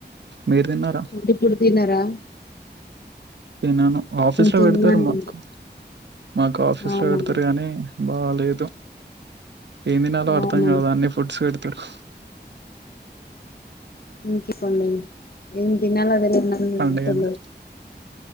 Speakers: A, on the right; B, on the left.
A: మీరు తిన్నారా
B: అంటే ఇప్పుడు తినరా
A: అవునవును ఆఫీస్ లో
B: తిన్నానండి
A: పెడతారు మాకు మాకు ఆఫీస్
B: అవునా
A: లో పెడతారు గానీ బాలేేదు ఏం తినలో అర్థం
B: అవునా
A: కాదా అన్ని ఫుడ్స్ పెడుత్ తారు
B: ఇనికి పనులు ఏమితినాలో నాకు
A: పండుగనే
B: తెలియడం లేదు